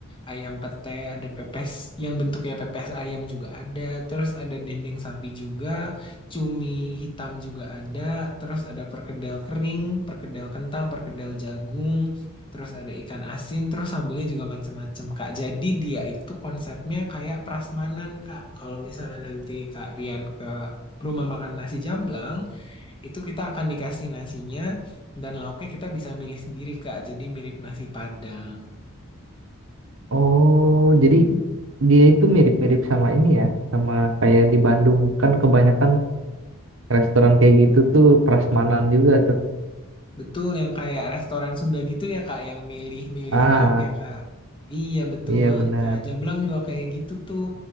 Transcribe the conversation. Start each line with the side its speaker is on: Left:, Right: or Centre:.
Left: ayam pete, ada pepes yang bentuknya pepes ayam juga ada. Terus ada dendeng sapi juga, cumi hitam juga ada. Terus ada perkedel kering, perkedel kentang, perkedel jagung. Terus ada ikan asin, terus sambelnya juga macam-macam, Kak. Jadi dia itu konsepnya kayak prasmanan, Kak. Kalau misalnya nanti Kak Rian ke rumah makan nasi jamblang, itu kita akan dikasih nasinya dan lauknya kita bisa milih sendiri, Kak. Jadi mirip nasi Padang.
Right: Oh, jadi dia itu mirip-mirip sama ini ya, sama kayak di Bandung. Kan kebanyakan restoran kayak gitu tuh prasmanan juga tuh.
Left: Betul yang kayak restoran Sunda gitu ya, Kak, yang milih-milih
Right: Ah.
Left: lauk ya, Kak. Iya, betul
Right: Iya
Left: banget,
Right: benar.
Left: Kak. Jamblang juga kayak gitu tuh.